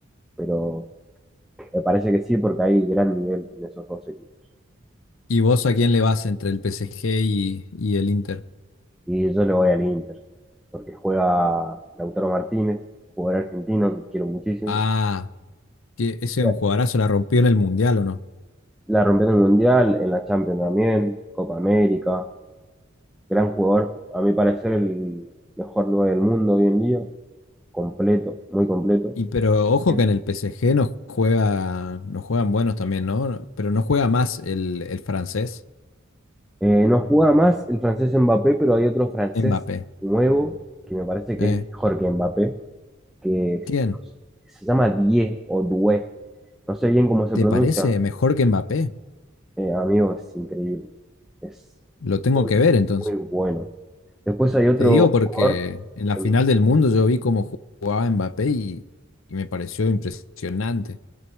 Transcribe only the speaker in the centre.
pero me parece que sí, porque hay gran nivel en esos dos equipos.
Y yo le voy al Inter, porque juega Lautaro Martínez, jugador argentino que quiero muchísimo.
Y
La rompió en el Mundial, en la Champions también, Copa América. gran jugador, a mi parecer el mejor 9 del mundo hoy en día, completo, muy completo.
Bien.
Eh, no juega más el francés Mbappé, pero hay otro francés
nuevo que me parece que
es mejor que Mbappé, que es-
no sé, se llama Die o Due. No sé bien cómo se
pronuncia.
Eh, amigo, es increíble. Es
muy,
muy bueno. Después hay otro
jugador
en,